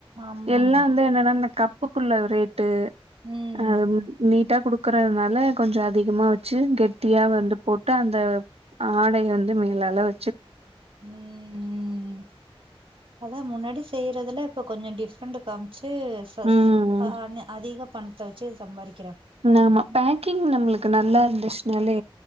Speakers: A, on the right; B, on the right.
A: ஆமா
B: எல்லா
A: ஆமா
B: வந்து என்னன்னா இந்த கப்புக்குள்ள ரேட்டு
A: ம்
B: அ நீட்டா குடுக்கறதுனால கொஞ்சொ அதிகமா வெச்சு கெட்டியா வந்து போட்டு அந்த ஆடைய வந்து மேலாள வ
A: ம் ம் அதா முன்னாடி செய்றதுல இப்ப கொஞ்சொ டிஃப்ரெண்ட் காம்ச்சு டு சச்சு
B: ம்
A: அதிக பணத்த வெச்சு சம்பாரி
B: ஆமா பேக்கிங் நம்மளுக்கு நல்லா இருந்துச்சுனாலே